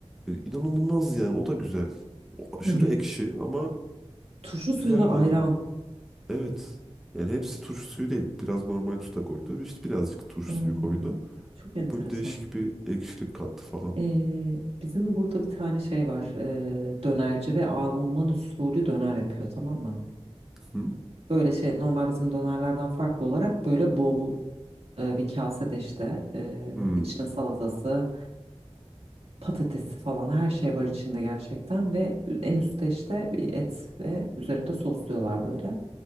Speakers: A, in the centre; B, on the right.
A: E, İnanılmaz yani o da güzel. O aşırı
B: Hı
A: ekşi ama
B: Turşu suyu
A: güzel
B: ve ayran.
A: yani. Evet. Yani hepsi turşu suyu değil. Biraz normal su da koydu. İşte birazcık turşu
B: Aa,
A: suyu koydu.
B: çok enteresan.
A: O böyle değişik bir ekşilik kattı falan.
B: Ee, bizim burada bir tane şey var. ee, dönerci ve Alman usulü döner yapıyor tamam mı?
A: Hı. Hı.
B: Böyle şey normal bizim dönerlerden farklı olarak böyle bol e, bir kasede işte e,
A: Hmm.
B: içine salatası, patatesi falan her şey var içinde gerçekten ve en üstte işte bir et ve üzerinde sosluyorlar böyle.